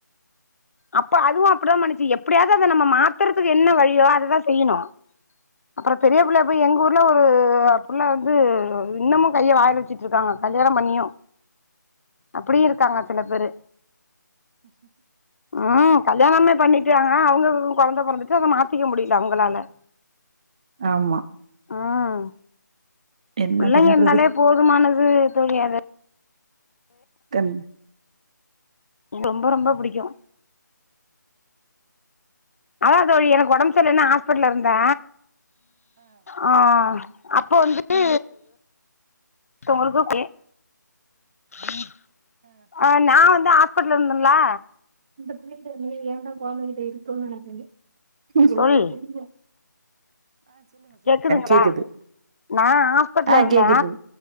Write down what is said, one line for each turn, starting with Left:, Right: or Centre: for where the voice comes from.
Left: அப்ப அதுவு அப்டிதா பன்னிச்சு எப்படியாது அத நம்ம மாத்தறதுக்கு என்ன வழியோ அததா செய்யணு அப்றோ பெரிய பிள்ள அப்ப எங்க ஊர்ல ஒரு புள்ள வந்து இன்னமு கைய வாய்ல வச்சுட்டு இருக்காங்க கல்யாணோ பண்ணியு அப்டி இருக்காங்க சில பேரு ம் கல்யாணமே பண்ணிட்டாங்க அவங்க கொழந்த பறந்துட்டு அத மாத்திக்க முடில அவங்களால
Right: ஆமா
Left: ம்
Right: என்ன
Left: புள்ளைங்க
Right: பண்றது
Left: இருந்தாலே போதுமானது து தோழி அது
Right: கண்
Left: ரொம்ப ரொம்ப புடிக்கு அதா தோழி எனக்கு ஒடம்பு சரியில்லன் ஹாஸீபிட்டல்ல இருந் த ஆ அப்ப வந்து ஒருதவங்களுக்கு ஏ ஆ நா வந் தா ஹாஸ்பிட்டல்ல இருந்தன்லா
Right: இந்த புள்ளகிட்ட எ ஏன்டா கோமதி கிட்ட இருக்கோனு நெனைப்பிங்க என்ன செல்றது
Left: தோழி
Right: தெரில
Left: கேக்குதுங்களா
Right: கேக்குது
Left: நா ஹாஸ்பிட்டல
Right: ஆ
Left: இருந்த,
Right: கேக்குது